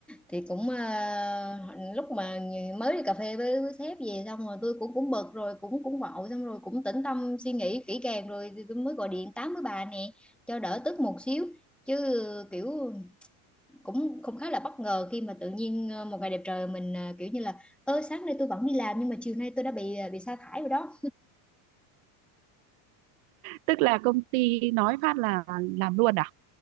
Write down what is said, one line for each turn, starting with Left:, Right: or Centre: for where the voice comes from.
Centre: thì cũng ờ, lúc mà mới đi cà phê với, với sếp về xong rồi tôi cũng cũng bực rồi cũng cũng vội xong rồi cũng tĩnh tâm suy nghĩ kỹ càng rồi thì tôi mới gọi điện tám với bà nè cho đỡ tức một xíu chứ kiểu cũng cũng khá là bất ngờ khi mà tự nhiên ờ, một ngày đẹp trời mình ờ, kiểu như là ơ sáng nay tôi vẫn đi làm nhưng mà chiều nay tôi đã bị ờ, bị sa thải rồi đó
Right: tức là công ty nói phát là làm luôn à